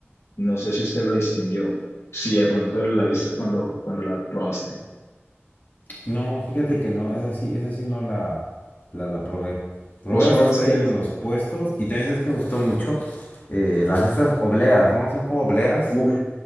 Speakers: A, on the left; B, on the left.
A: No sé si usted lo distinguió, si de pronto la viste cuando, cuando la probaste.
B: no, fíjate que no, es así, es así no la, la, la probé. Probé
A: Vos
B: las
A: probaste,
B: que están ahí en los puestos y también es que me gustó mucho eh, las estas obleas, ¿no? Son como obleas.
A: uff,